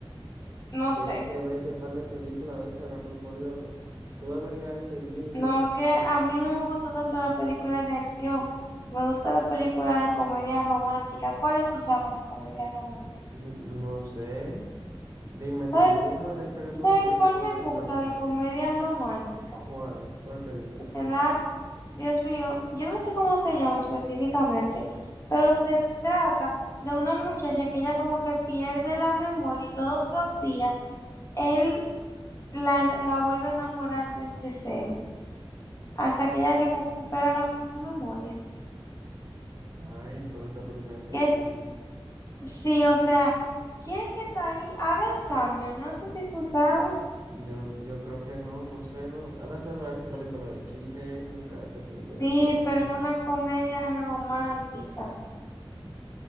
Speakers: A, on the left; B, on the right.
A: no
B: Tienes
A: sé.
B: que verte un par de películas de ese Rápido y Furioso. Tú deberías de seguirme.
A: No, que a mí no me gusta tanto las películas de acción, me gusta la película de comedia romántica. ¿Cuáles tú sabes de comedia romántica?
B: N- No sé. Dime
A: ¿Sabes,
B: tú una de esas que
A: tú
B: tú
A: sabes
B: ves, porque yo
A: cuál
B: no veo
A: me
B: películas
A: gusta
B: románticas.
A: de comedia romántica?
B: ¿Cuál? ¿Cuál película?
A: ¿verdad? Dios mío, yo no sé cómo se llama específicamente, pero se trata de una muchacha que ella como que pierde la memoria y todos los días él la, la vuelve a enamorar desde cero, hasta que ella recupera la memoria.
B: Ay, pero esa película sí
A: Que
B: es linda.
A: sí, o sea, ¿quién es que está ahí? Adam Sandler, no sé si tú sabes.
B: Yo, yo creo que no, no sé, no. Adam no hace película de chiste, él nunca hace película
A: Sí,
B: de que romántica.
A: pero una comedia romántica.